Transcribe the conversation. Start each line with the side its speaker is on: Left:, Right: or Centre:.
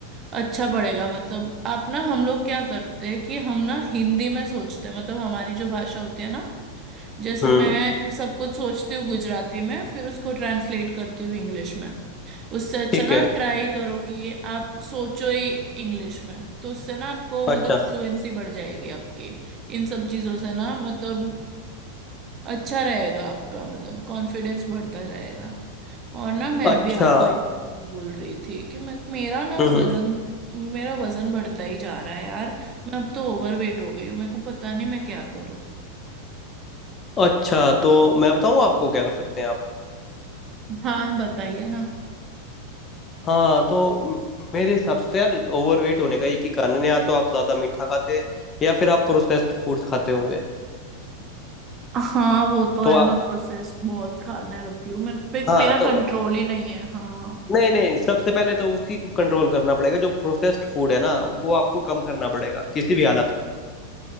Right: अच्छा पड़ेगा मतलब आप ना हम लोग क्या करते हैं कि हम ना हिंदी में सोचते हैं मतलब हमारी जो भाषा होती है ना जैसे
Left: हम्म
Right: मैं सब कुछ सोचती हूँ गुजराती में फिर उसको ट्रांसलेट करती हूँ इंग्लिश में उससे अच्छा
Left: ठीक
Right: ना
Left: है
Right: आप ट्राई करो कि आप सोचो ही इंग्लिश में तो उससे ना आपको मतलब
Left: अच्छा
Right: फ्लुएंसी बढ़ जाएगी आपकी इन सब चीज़ों से ना मतलब अच्छा रहेगा आपका मतलब कॉन्फिडेंस बढ़ता जाएगा और ना मैं
Left: अच्छा
Right: भी आपको अच्छा एक चीज बोल रही थी कि मैं मेरा ना
Left: हम्म
Right: वजन
Left: हम्म,
Right: मेरा वजन बढ़ता ही जा रहा है यार मैं अब तो ओवरवेट हो गई हूँ मेरे को पता नहीं मैं क्या करूँ
Left: अच्छा तो मैं बताऊँ आपको क्या कर सकते हैं आप
Right: हाँ बताइए ना
Left: हाँ तो म- मेरे हिसाब से तो यार ओवरवेट होने का एक ही कारण है या तो आप ज़्यादा मीठा खाते हैं या फिर आप प्रोसेस्ड फूड्स खाते होंगे
Right: हाँ वो तो
Left: तो
Right: है
Left: आप
Right: मैं प्रोसेस बहुत खाने लगी हूँ मेरे पे
Left: हाँ
Right: मेरा
Left: तो
Right: कंट्रोल ही नहीं है हाँ
Left: नहीं नहीं सबसे पहले तो उसी को कंट्रोल करना पड़ेगा जो प्रोसेस्ड फूड है ना वो आपको कम करना पड़ेगा किसी भी हालत में